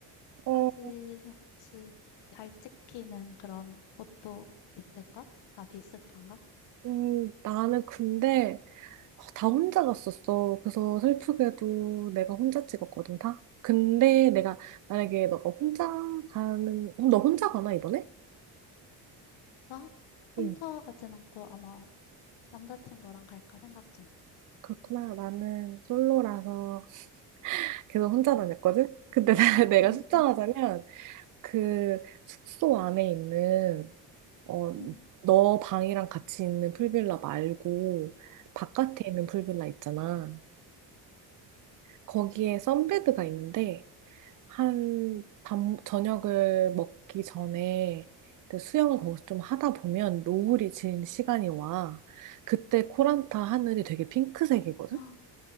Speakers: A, on the right; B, on the left.
A: 어,
B: 사진 혹시 잘 찍히는 그런 곳도 있을까? 다 비슷한가?
A: 음, 나는 근데 다 혼자 갔었어. 그래서 슬프게도 내가 혼자 찍었거든, 다. 근데 내가, 만약에 너가 혼자 가는, 어, 너 혼자 가나, 이번에?
B: 나
A: 응,
B: 혼자 가진 않고 아마 남자친구랑 갈까 생각 중이야.
A: 그렇구나. 나는 솔로라서 계속 혼자 다녔거든?
B: <laughs>
A: 근데 <laughs> 내가
B: 음,
A: 숫정하자면 그 숙소 안에 있는 어,
B: 음.
A: 너 방이랑 같이 있는 풀빌라 말고 바깥에 있는 풀빌라 있잖아. 거기에 선베드가 있는데 한 밤, 저녁을 먹기 전에 이제 수영을 거기서 좀 하다 보면 노을이 지는 시간이 와. 그때 코란타 하늘이 되게 핑크색이거든?
B: 헉,